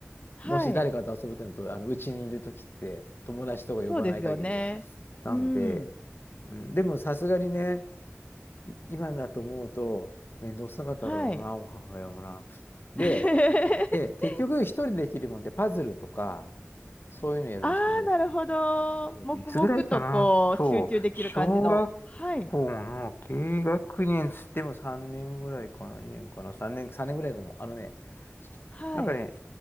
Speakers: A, on the left; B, on the left.
A: はい。
B: もし誰かと遊ぶってのと、あの、うちにいるときって、友達とか呼ばない限りは。
A: そうですよね。
B: なので、
A: うん。
B: うん、でもさすがにね、い今だと思うと、面倒くさかったろうな、
A: はい。
B: お母親もな。で、
A: <laughs>
B: で、結局一人でできるもんで、パズルとか、そういうのやるんですけど、
A: ああ、なるほど。
B: えっといつぐらいかなそう。
A: 黙々とこう、集中できる感じの。
B: 小学校の低学年つっても3年ぐらいかな
A: はい。
B: ?2 年かな ?3 年、3年ぐらいだと思う。あのね、
A: はい。
B: なんかね、